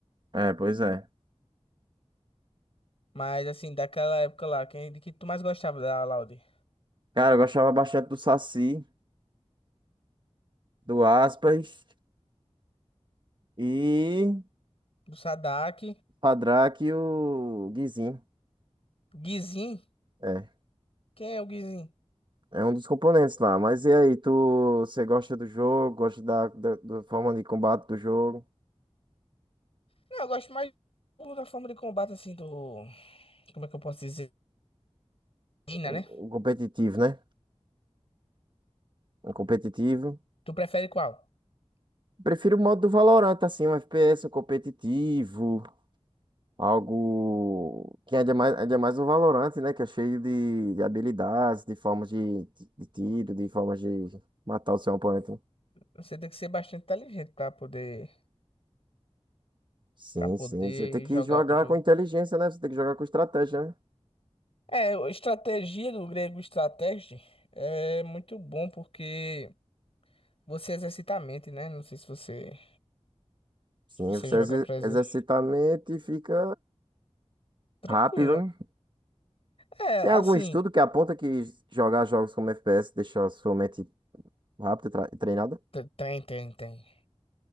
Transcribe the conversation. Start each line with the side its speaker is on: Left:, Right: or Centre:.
Right: É, pois é.
Left: Mas assim, daquela época lá, quem de que tu mais gostava da Laude?
Right: Cara, eu gostava bastante do Saci, do Aspas e
Left: Do Sadak,
Right: Padraque e o Guizinho.
Left: Guizin?
Right: É,
Left: Quem é o Guizin?
Right: é um dos componentes lá. Mas e aí, tu, você gosta do jogo? Gosta da, da, da forma de combate do jogo?
Left: Não, eu gosto mais do- da forma de combate assim do, como é que eu posso dizer? Ina,
Right: O,
Left: né?
Right: o competitivo, né? O competitivo.
Left: Tu prefere qual?
Right: Prefiro o modo do Valorant, assim, um FPS, um competitivo. Algo que é mais, ainda é mais o Valorant, né? Que é cheio de, de habilidades, de formas de, de tiro, de formas de matar o seu oponente.
Left: Você tem que ser bastante inteligente pra poder
Right: Sim,
Left: para poder
Right: sim. Você tem que
Left: jogar
Right: jogar
Left: o jogo.
Right: com inteligência, né? Você tem que jogar com estratégia, né?
Left: É, a estratégia do grego estratégia é muito bom porque você exercita a mente, né? Não sei se você
Right: Sim,
Left: se você
Right: você
Left: joga
Right: exer-
Left: pra exer-
Right: exercita a mente e fica
Left: Tranquilo.
Right: rápido, né?
Left: É,
Right: Tem algum
Left: assim,
Right: estudo que aponta que jogar jogos como FPS deixa a sua mente rápida e tra- e treinada?
Left: te- tem, tem, tem.